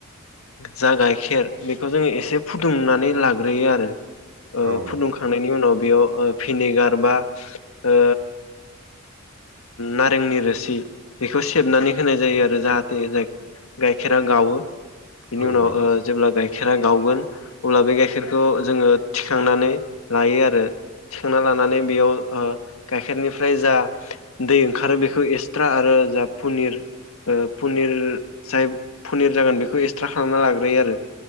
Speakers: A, on the left; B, on the right.
A: जा गाइखेर बेखौ जोङो एसे फुदुंनानै लाग्रोयो आरो ओ
B: हागोन
A: फुदुंखांनायनि
B: नामा
A: उनाव बेयाव ओ भिनेगार बा ओ नारेंनि रोसि बेखौ सेबनानै होनाय जायो आरो जाहाथे गाइखेरा गावो बिनि
B: औ नोंथां औ
A: उनाव
B: नोंथां
A: ओ जेब्ला गाय खेरा गावगोन अब्ला बे गाइखेरखौ जोङो थिखांनानै लायो आरो थिखांना लानानै बेयाव ओ गाइखेरनिफ्राय जा दै ओंखारो बेखौ एसट्रा आरो जा पनिर ओ पनिर जाय पनिर जागोन बेखौ एक्सट्रा खालामना लाग्रोयो आरो